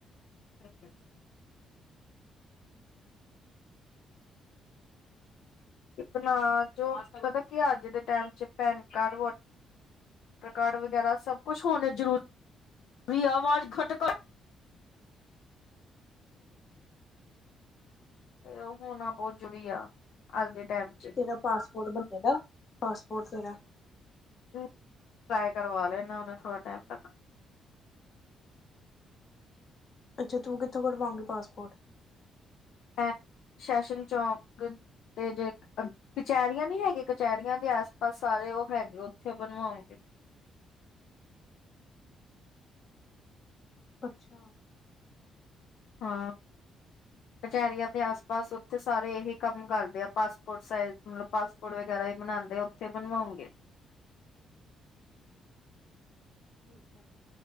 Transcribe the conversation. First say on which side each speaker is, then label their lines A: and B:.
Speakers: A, on the left (about 75°); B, on the left (about 45°).
A: ਹ ਬਣਾ ਜੋ ਪਤਾ ਕੀ ਅੱਜ ਦੇ ਟਾਈਮ 'ਚ PAN card voter card ਵਗੈਰਾ ਸਭ ਕੁਛ ਹੋਣੇ ਜ਼ਰੂਰੀ-ਜ਼ਰੂਰੀ ਹੈ ਆਵਾਜ਼ ਘਟ ਕਰ।
B: <inaudible>
A: ਤੇ ਉਹ ਹੋਣਾ ਬਹੁਤ ਜ਼ਰੂਰੀ ਆ ਅੱਜ ਦੇ ਟਾਈਮ ਚ
B: ਤੇਰਾ ਪਾਸਪੋਰਟ ਬਣੇ ਦਾ ਪਾਸਪੋਰਟ ਤੇਰਾ
A: ਟਰਾਈ ਕਰਵਾ ਲੈਨਾ ਹੋਨੇ ਥੋੜੇ ਟਾਈਮ ਤਕ
B: ਅੱਛਾ ਤੂੰ ਕਿੱਥੋਂ ਕਢਵਾਉਂਗੀ ਪਾਸਪੋਰਟ
A: ਮੈਂ ਸੈਸ਼ਨ ਚੌਂਕ ਤੇ ਜੇ ਕਚਹਿਰੀਆਂ ਨੀ ਹੈਗ ਕਚਹਿਰੀਆਂ ਦੇ ਆਸ ਪਾਸ ਸਾਰੇ ਉਹ ਹੈਗੇ ਉੱਥੇ ਬਣਵਾਓਗੇ।
B: ਅੱਛਾ
A: ਹਾਂ ਕਚਹਰੀਆਂ ਦੇ ਆਸ ਪਾਸ ਉੱਥੇ ਸਾਰੇ ਇਹੀ ਕੰਮ ਕਰਦੇ ਆ ਪਾਸਪੋਰਟ ਸਜ਼ ਮਤਲਬ ਪਾਸਪੋਰਟ ਵ ਹੀ ਬਣਾਉਂਦੇ ਉੱਥੇ ਬਣਵਾਉਗੇ।
B: ਠੀਕ ਆ।